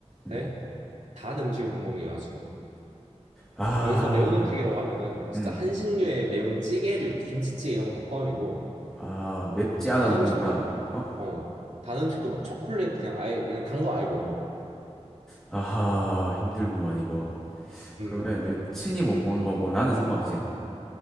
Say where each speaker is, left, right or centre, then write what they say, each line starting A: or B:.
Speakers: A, in the centre; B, on the right (about 80°).
A: 음.
B: 대 단 음식을 못 먹는 여자친구.
A: 아,
B: 여기서 매운 음식이라고 하면은 진짜
A: 음.
B: 한식류의 매운 찌개류, 김치찌개 이런 거 다 포함이고
A: 아, 맵지 않아도
B: 단 음식은
A: 그러니까, 어?
B: 어. 단 음식도 막 초콜릿 그냥 아예 그냥 단 거 아예 못 먹어.
A: 아하, 힘들구만, 이거.
B: 음.
A: 그러면 여친이 못 먹는 거고 나는 상관없지.